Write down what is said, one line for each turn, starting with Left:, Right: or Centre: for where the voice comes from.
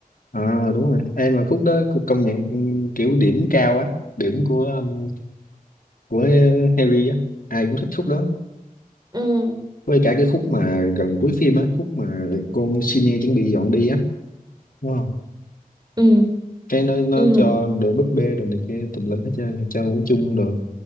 Left: à đúng rồi em mà khúc đó cũng công nhận ừ, kiểu điểm cao á điểm của um, của Harry á ai cũng thích khúc đó
Right: ừ
Left: với cả cái khúc mà gần cuối phim á khúc mà con Senior chuẩn bị dọn đi á đúng không
Right: ừ
Left: cái nó nó
Right: ừ
Left: cho đồ búp bê đồ này kia tùm lum hết trơn cho ngủ chung đồ